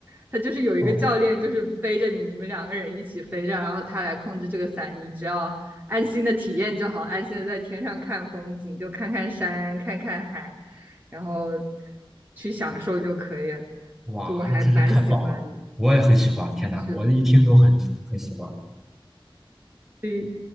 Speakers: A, on the right; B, in the centre.
A: 他就是有一个教练，
B: 哦，
A: 就是背着你，你们两个人一起飞着，然后他来控制这个伞，你只要安心的体验就好，安心的在天上看风景，就看看山，看看海，然后去享受就可以了。
B: 哇，
A: 就我还蛮喜欢的，
B: 那真是太棒了！我也很喜欢，天哪，
A: 是的，
B: 我一听都很很喜欢。
A: 所以